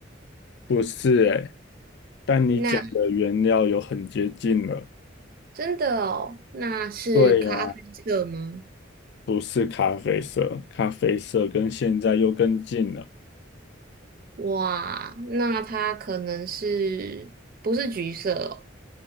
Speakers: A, on the left; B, on the right.
A: 不是诶，但你讲的原料有很接近了。
B: 那真的哦，那是咖啡色吗？
A: 对呀，不是咖啡色，咖啡色跟现在又更近了，
B: 哇，那它可能是不是橘色哦？